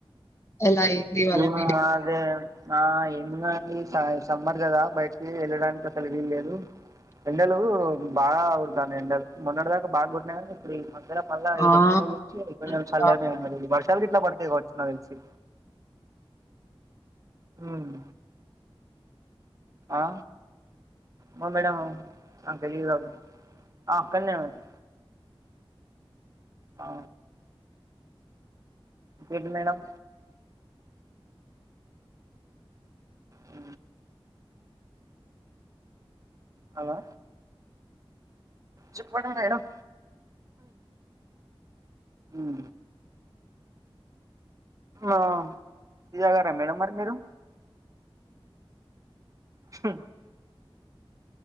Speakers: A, on the left (about 30°); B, on the right (about 35°).
A: ఎలా ఇవాళ
B: ఏం
A: మీ
B: అనలే
A: డే?
B: నా ఏమి ఉనదండి సమ్మర్ కదా బయటికి వెళ్ళడానికి అసలు వీల్లేదు ఎండలు బాగా కుడతాను ఎండలు మొన్నటి దాకా బాగా కొట్టినయి కానీ ఇప్పుడు ఈ మధ్యల మళ్ళ ఈ
A: ఆ!
B: రెండు మూడు నుంచి కొంచెం
A: అవునండి
B: చల్లేనే
A: బాగున్నాం.
B: ఉంది మరి ఈ వర్షాలకి ఇట్లా పడితాయి కావచ్చు నాకు తెలిసి ఉమ్ ఆ ఓ మేడం నాకు తెలిదు అవ్వి అక్కనే అని ఆ ఇంకా ఏంటి మేడం అ హలో చెప్పండి మేడం. ఉం ఆ టీ తాగరా మేడం మరి మీరు చె